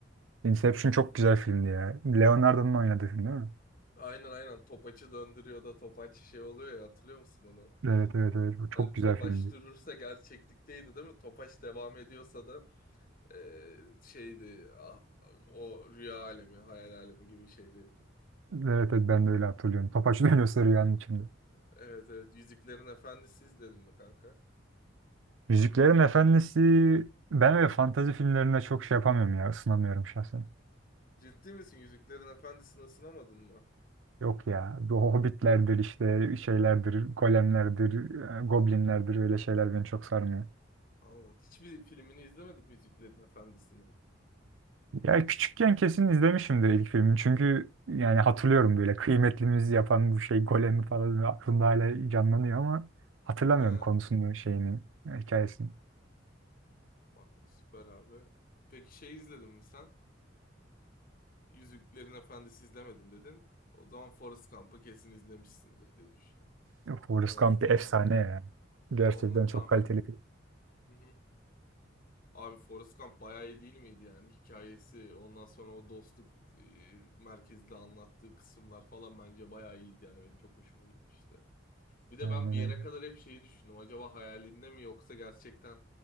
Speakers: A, on the right (about 85°); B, on the left (about 50°).
A: Inception çok güzel filmdi ya. Leonardo'nun oynadığı film değil mi?
B: Aynen aynen topaçı döndürüyor da topaç şey oluyor ya hatırlıyor musun onu?
A: Evet evet evet. Bu çok
B: Hani
A: güzel
B: topaç
A: filmdi.
B: durursa gerçeklikteydi değil mi? Topaç devam ediyorsa da eee, şeydi ah, o rüya alemi, hayal alemi gibi şeydi.
A: Evet evet ben de öyle hatırlıyorum. Topaç dönüyor sarı yanın içinde.
B: Evet evet Yüzüklerin Efendisi izledim mi kanka?
A: Yüzüklerin Efendisi ben öyle fantazi filmlerine çok şey yapamıyorum ya ısınamıyorum şahsen.
B: Ciddi misin Yüzüklerin Efendisi'ni ısınamadın mı?
A: Yok ya bu hobbitlerdir işte şeylerdir golemlerdir e, goblinlerdir öyle şeyler beni çok sarmıyor.
B: Allah hiçbir filmini izlemedim Yüzüklerin Efendisi'nin.
A: Ya küçükken kesin izlemişimdir ilk filmi çünkü yani hatırlıyorum böyle kıymetlimizi yapan bu şey golemi falan aklımda hala canlanıyor ama hatırlamıyorum
B: He,
A: konusunu şeyini hikayesini.
B: bak süper abi. Peki şey izledin mi sen? Yüzüklerin Efendisi izlemedim dedin. O zaman Forrest Gump'ı kesin izlemişsindir diye düşünüyorum.
A: Ya Forrest
B: En azından
A: Gump bir efsane
B: o var.
A: ya. Gerçekten
B: Onu
A: çok
B: tahmin
A: kaliteli film.
B: et. Abi Forrest Gump bayağı iyi değil miydi yani hikayesi ondan sonra o dostluk e, merkezde anlattığı kısımlar falan bence bayağı iyiydi yani benim çok hoşuma gitmişti. Bir de
A: Aynen
B: ben bir
A: öyle.
B: yere kadar hep şeyi düşündüm acaba hayalinde mi yoksa gerçekten